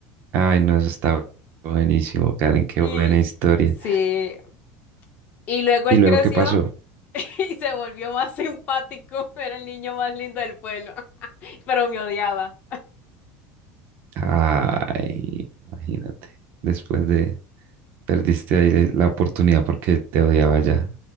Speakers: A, on the right; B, on the left.
A: Ay, no, eso está buenísimo, Karen, qué
B: Y
A: buena historia.
B: sí, y luego
A: ¿Y
B: él
A: luego
B: creció
A: qué pasó?
B: <laughs> y se volvió más simpático. Era el niño más lindo del pueblo, <laughs> pero me odiaba.
A: Ay, imagínate, después de, Perdiste ahí la oportunidad porque te odiaba ya.